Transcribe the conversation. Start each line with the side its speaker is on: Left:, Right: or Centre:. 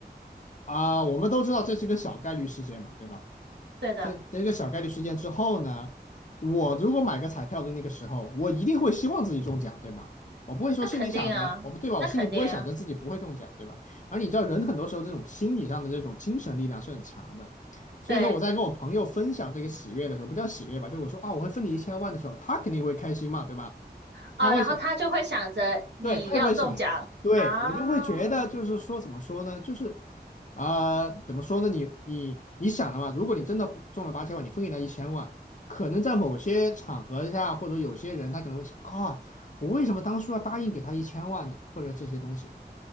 Left: 啊，我们都知道这是一个小概率事件嘛，对吧？
Right: 对的，
Left: 这这个小概率事件之后呢，我如果买个彩票的那个时候，我一定会希望自己中奖，对吗？我不会说心里想着，
Right: 那肯定啊，
Left: 我不对吧？
Right: 那肯定啊，
Left: 我心里不会想着自己不会中奖，对吧？而你知道，人很多时候这种心理上的这种精神力量是很强的，所以说我在跟我朋友分享这个喜悦的时候，
Right: 对。
Left: 不叫喜悦吧，就我说啊，我会分你一千万的时候，他肯定会开心嘛，对吧？
Right: 啊，
Left: 他会想。
Right: 然后他就会想着你要中奖啊。
Left: 对，他也会想，对，我就会觉得就是说怎么说呢，就是啊、呃怎么说呢？你你你想了嘛？如果你真的中了八千万，你分给他一千万，可能在某些场合下，或者有些人他可能会想啊、我为什么当初要答应给他一千万呢？或者这些东西。